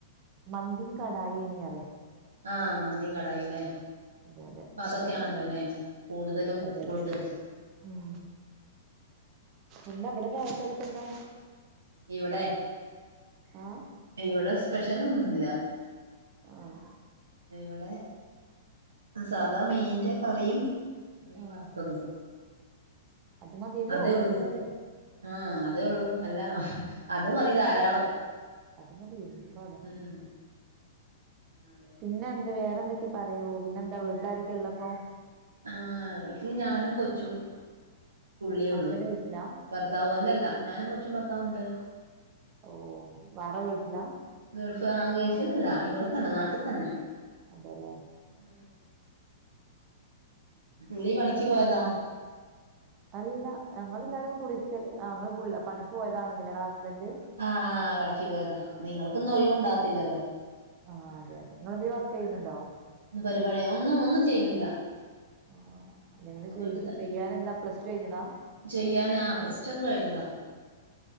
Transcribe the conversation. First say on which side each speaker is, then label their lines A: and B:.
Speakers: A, on the right; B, on the right.
A: മന്തിം കടായിയന്നെയ
B: ആഹ് മന്തിം കടായില്ലേ
A: അതെ അതെ
B: ഇപ്പതൊക്കെയാണല്ലോല്ലേ
A: രസണ്ടായിന്
B: കൂടുതലും
A: അതെ
B: ഫുഡ്
A: അതെ ഉം എന്താ അവിടെ ചായക്കടിക്കെന്താ
B: ഇവിടെ
A: ആഹ്
B: ഇവിടെ സ്പെഷ്യൽ ഒന്നുല്ല
A: ആഹ്
B: ഇവിടെ സാദാ മീന്റെ കറിയും മീൻ
A: ആഹ്
B: വറുത്തതും
A: അത് മതിയല്ലോ
B: അതേ ഉള്ളൂ
A: മീൻ പോരേ
B: ആഹ് അതേ ഉള്ളൂ അല്ല അത് മതി ധാരാളം
A: അതിനത് മ്പടോ
B: ഉം ഉം അതെ
A: പിന്നെ എന്ത്‌ വേറെ എന്തൊക്കെയെ പറയൂ പിന്നെ എന്താ വീട്ടിലാർക്ക് ഉള്ളപ്പോ
B: ആഹ് വീട്ടില് ഞാനും കൊച്ചും പുള്ളിയെള്ളു
A: ഹസ്ബൻഡ് ഗൾഫിലാ
B: ഭർത്താവ് അല്ലല്ല ഞാനും കൊച്ചും ഭർത്താവുണ്ട്
A: ഓ വേറെ വീട്ടിലാ
B: ഗൾഫ് ആഹ് ഗൾഫിലല്ല ഇവിടെത്തന്നെ നാട്ടിൽ തന്നെ
A: അതേല്ലേ
B: ഉം പുള്ളി പണിക്ക് പോയതാ
A: അല്ല ഞങ്ങൾ എല്ലാവരും കുടിക്കല് ങ്ങള് പണിക്ക് പോയതാണ ങ്ങളെ ഹസ്ബൻഡ്
B: ആഹ് ആഹ് പണിക്ക് പോയതാ നിങ്ങൾക്കൊന്നും
A: അതെ
B: ഒഴിവുണ്ടാവകത്തില്ലല്ലോ
A: അതെ ആഹ് അതെ അതെ ഇങ്ങളെന്തെങ്കിലും വർക്ക് ചെയ്യുന്നുണ്ടോ.
B: പരിപാടി ഒന്നും ഒന്നും ചെയ്യുന്നില്ല.
A: ആഹ് എന്തെങ്കിലും ചെയ്
B: വീട്ടിൽ തന്നെ
A: ചെയ്യാനെന്താ പ്ലസ് ടു കഴിഞ്ഞതാ
B: ചെയ്യാൻ ആ പ്ലസ് ടു ഒക്കെ കഴിഞ്ഞതാ